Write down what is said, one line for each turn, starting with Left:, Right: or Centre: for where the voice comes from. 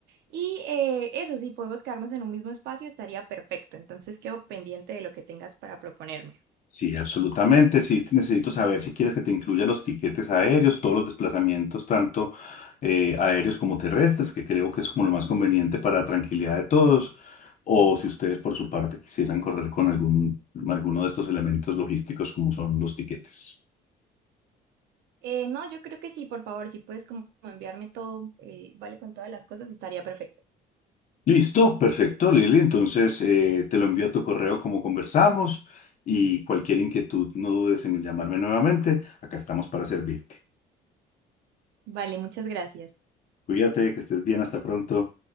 Right: Y eh, eso, si podemos quedarnos en un mismo espacio, estaría perfecto. Entonces quedo pendiente de lo que tengas para proponerme.
Left: Sí, absolutamente. Sí, te- necesito saber si quieres que te incluya los tiquetes aéreos, todos los desplazamientos, tanto eh, aéreos como terrestres, que creo que es como lo más conveniente para tranquilidad de todos, o si ustedes por su parte quisieran correr con algún, alguno de estos elementos logísticos como son los tiquetes.
Right: Eh, no, yo creo que sí, por favor, si puedes como enviarme todo, eh, vale, con todas las cosas, estaría perfecto.
Left: Listo, perfecto, Lili. Entonces eh, te lo envío a tu correo como conversamos y cualquier inquietud no dudes en llamarme nuevamente. Acá estamos para servirte.
Right: Vale, muchas gracias.
Left: Cuídate, que estés bien, hasta pronto.